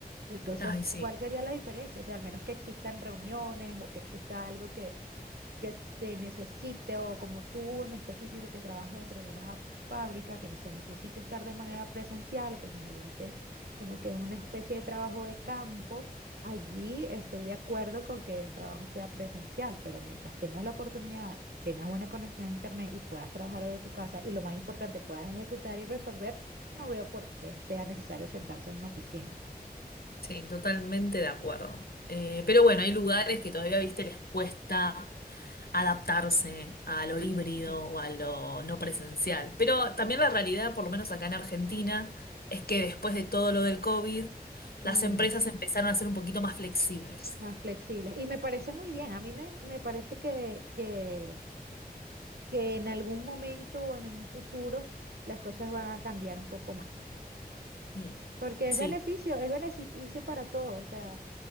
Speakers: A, on the right; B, on the left.
A: Entonces,
B: Ay, sí,
A: ¿cuál sería la diferencia? O sea, al menos que existan reuniones o que exista algo que, que se necesite o como tú en específico que trabajas dentro de una fábrica, que no se necesite estar de manera presencial o que se necesite como que una especie de trabajo de campo, allí estoy de acuerdo con que el trabajo sea presencial, pero mientras tengas la oportunidad, tengas buena conexión a internet y puedas trabajar desde tu casa y lo más importante, puedas ejecutar y resolver, no veo por qué sea necesario sentarse en una oficina.
B: sí, totalmente de acuerdo. Eh, pero bueno, hay lugares que todavía, viste, les cuesta. adaptarse a lo híbrido
A: Sí.
B: o a lo no presencial. Pero también la realidad, por lo menos acá en Argentina, es que después de todo lo del COVID, las
A: Mm,
B: empresas empezaron a ser un poquito más flexibles.
A: las flexibles. Y me parece muy bien. A mí me, me parece que, que, que en algún momento o en un futuro las cosas van a cambiar un poco más.
B: Mm,
A: Porque
B: Sí,
A: es beneficio, es beneficio para todos. O sea,